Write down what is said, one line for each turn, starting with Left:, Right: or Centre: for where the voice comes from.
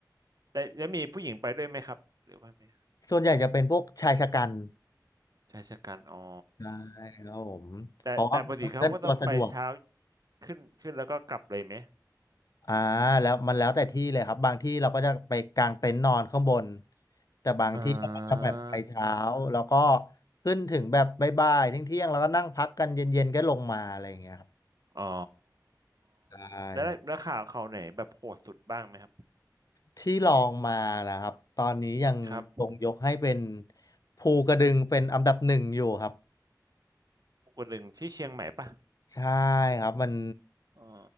Right: แล้วแล้วมีผู้หญิงไปด้วยไหมครับหรือว่าไม่
Left: ส่วนใหญ่จะเป็นพวกชายชะกัน
Right: ชายชะกันอ๋อ
Left: ใช่ครับผมเพราะว่ามันเคลื่อนตัวสะดวก
Right: แต่แต่ปกติเขาก็ต้องไปเช้าขึ้นขึ้นแล้วก็กลับเลยไหม
Left: อ่าแล้วมันแล้วแต่ที่เลยครับบางที่เราก็จะไปกางเต็นท์นอนข้างบนแต่บางที่เราก็จะแบบไปเช้าแล้วก็
Right: อ่า
Left: ขึ้นถึงแบบบ่ายๆเที่ยงๆแล้วก็นั่งพักกันเย็นๆก็ลงมาอะไรอย่างเงี้ยครับ
Right: อ๋อ
Left: ใช่
Right: แล้วแล้วข่าวเขาไหนแบบโหดสุดบ้างไหมครับ
Left: ครับที่ลองมานะครับตอนนี้ยังคงยกให้เป็น
Right: ครับ
Left: ภูกระดึงเป็นอันดับหนึ่งอยู่ครับ
Right: ภูกระงที่เชียงใหม่ปะ
Left: ใช่ครับมัน
Right: อ๋อ